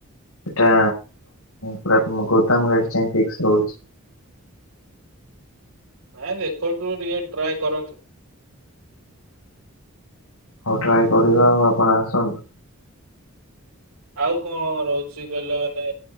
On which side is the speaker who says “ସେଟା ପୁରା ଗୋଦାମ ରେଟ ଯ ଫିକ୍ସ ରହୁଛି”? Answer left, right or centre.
Left